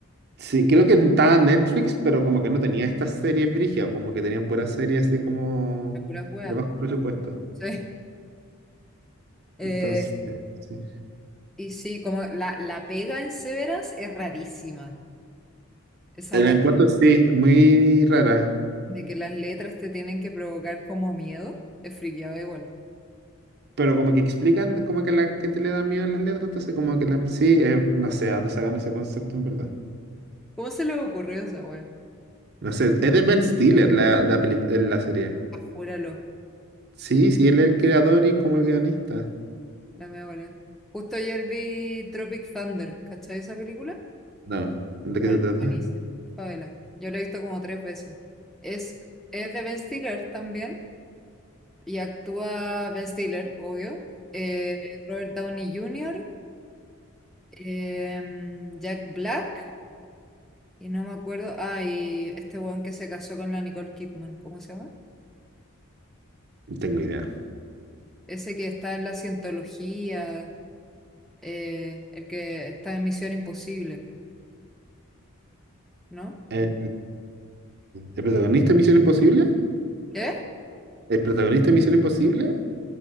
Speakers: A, on the right; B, in the centre.
A: Sí, creo que estaba en Netflix, pero como que no tenía estas series brígidas, como que tenían puras series así como
B: de puras weas.
A: de bajo presupuesto.
B: Sí. Eh,
A: Entonces, sí.
B: y sí, como la, la pega en Severance es rarísima. Esa
A: El
B: wea
A: encuentro sí, muy rara.
B: de que las letras te tienen que provocar como miedo, es friqueado igual.
A: Pero como que explican como que a la gente le da miedo las letras, entonces como que la- sí, eh, no sé a dónde sacan ese concepto en verdad.
B: ¿Cómo se le ocurrió esa wea?
A: No sé, es de Ben Stiller la, la, peli- eh, la serie.
B: Júralo.
A: Sí, sí, él es el creador y como el guionista.
B: La mea bola. Justo ayer vi Tropic Thunder, ¿cachai esa película?
A: No, ¿de
B: Bueno,
A: qué se trata?
B: buenísima. Favela. Yo la he visto como tres veces. Es, es de Ben Stiller también, y actúa Ben Stiller, obvio, eh, Robert Downey Jr., em, Jack Black, y no me acuerdo, ah, y este weón que se casó con la Nicole Kidman, ¿cómo se llama?
A: No tengo idea.
B: Ese que está en la cientología, eh, el que está en Misión Imposible, ¿no?
A: ¿El, el protagonista de Misión Imposible?
B: ¿Qué?
A: ¿El protagonista de Misión Imposible?